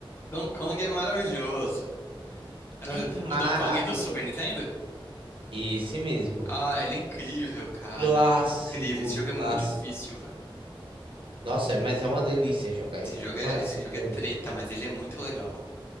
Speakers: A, on the left; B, on the right.
A: Donkey Kong é maravilhoso. Maravilhoso.
B: É maravilhoso.
A: O Donkey Kong do Super Nintendo?
B: Esse mesmo.
A: Ah, ele é incrível, cara.
B: Clássico,
A: Incrível. Esse jogo
B: clássico.
A: é muito difícil, velho.
B: Nossa, mas é uma delícia jogar
A: Esse
B: ele.
A: jogo
B: É maravilhoso.
A: é, esse jogo é treta, mas ele é muito legal.